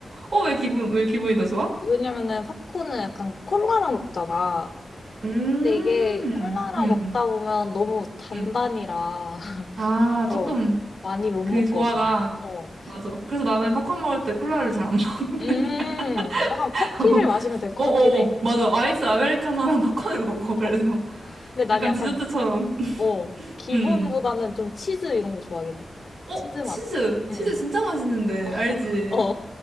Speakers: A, on the right; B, on the left.
A: 어, 왜 기분, 왜 기분이 더 좋아?
B: 왜냐면은 팝콘은 약간 콜라랑 먹잖아.
A: 음,
B: 근데 이게 콜라랑
A: 음,
B: 먹다 보면 너무 단단이라
A: 음. 아,
B: <laughs> 어.
A: 조금
B: 많이 못
A: 그
B: 먹거든.
A: 조화가,
B: 어.
A: 맞아. 그래서 나는 팝콘 먹을 때 콜라를 잘 안 먹는 편이야.
B: 음, 약간
A: <laughs>
B: 커피를 마시면 될 것
A: 어어
B: 같긴 해.
A: 맞아 아이스 아메리카노랑 팝콘을 먹어 그래서
B: 어. 근데 난
A: 약간
B: 약간,
A: 디저트처럼.
B: 어, 기본보다는
A: 음.
B: 좀 치즈 이런 거 좋아하긴 해.
A: 어,
B: 치즈 맛.
A: 치즈. 치즈
B: 응.
A: 진짜 맛있는데.
B: 어,
A: 알지?
B: <laughs>